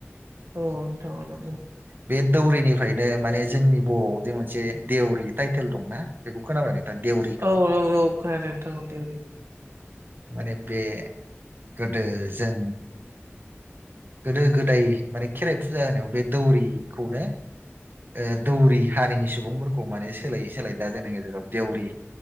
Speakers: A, on the right; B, on the right.
A: औ नोंथां औ नंगौ
B: बे दौरिनिफ्रायनो माने जोंनि बर'आवदि मोनसे देवरि टाइटेल दंना बेखौ खोनाबाय देवरिखौ
A: औ औ औ खोनादों नोंथां औ देउरि
B: माने बे गोदो जों गोदो गोदाय माने खेराइ फुजा होनायाव बे दौरिखौनो ओ दौरि हारिनि सुबुंफोरखौ माने सोलायै सोलायै दा जोंनि गेजेराव देउरि